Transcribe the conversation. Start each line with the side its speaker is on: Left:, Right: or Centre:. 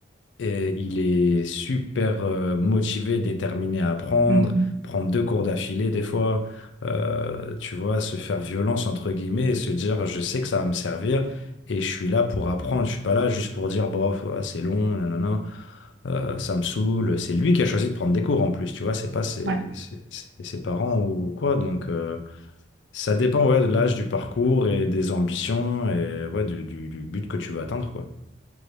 Left: et il est super euh, motivé, déterminé à apprendre,
Right: Ouais, ouais.
Left: prendre deux cours d'affilée des fois, euh, tu vois, se faire violence entre guillemets et se dire, je sais que ça va me servir. Et je suis là pour apprendre, je suis pas là juste pour dire, bof, ouais, c'est long, nanana, euh, ça me saoule. C'est lui qui a choisi de prendre des cours en plus, tu vois, c'est pas ses,
Right: Ouais.
Left: ses- ses- ses parents ou quoi, donc euh, ça dépend ouais, de l'âge, du parcours et des ambitions et ouais, du, du- du but que tu veux atteindre, quoi.